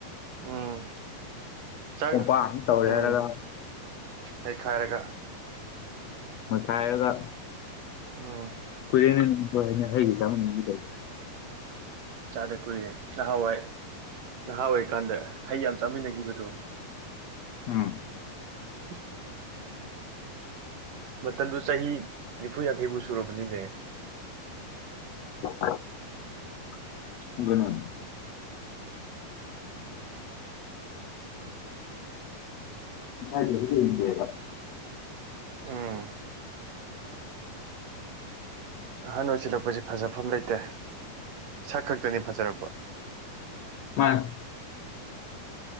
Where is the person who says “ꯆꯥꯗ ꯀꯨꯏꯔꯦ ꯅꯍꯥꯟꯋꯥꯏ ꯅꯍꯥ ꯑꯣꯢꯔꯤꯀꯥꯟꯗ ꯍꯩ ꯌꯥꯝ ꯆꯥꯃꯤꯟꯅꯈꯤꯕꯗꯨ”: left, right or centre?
Right